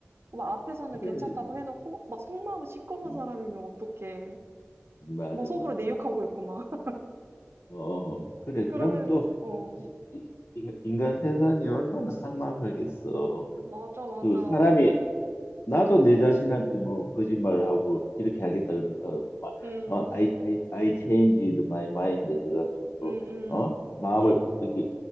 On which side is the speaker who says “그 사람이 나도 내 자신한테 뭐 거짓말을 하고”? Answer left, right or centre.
Left